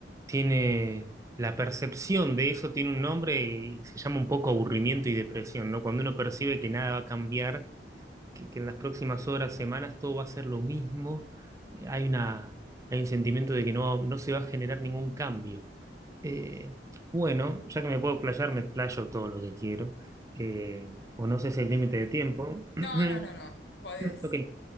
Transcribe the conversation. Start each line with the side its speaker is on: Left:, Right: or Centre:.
Right: tiene la percepción de eso tiene un nombre y se llama un poco aburrimiento y depresión, ¿no? Cuando uno percibe que nada va a cambiar, que, que en las próximas horas, semanas todo va a ser lo mismo, eh, hay una, hay un sentimiento de que no, no se va a generar ningún cambio. Eh, bueno, ya que me puedo explayar, me explayo todo lo que quiero. Eh, o no sé si el límite de tiempo. <clears throat>
Left: No, no, no, no. Podés.
Right: Ok,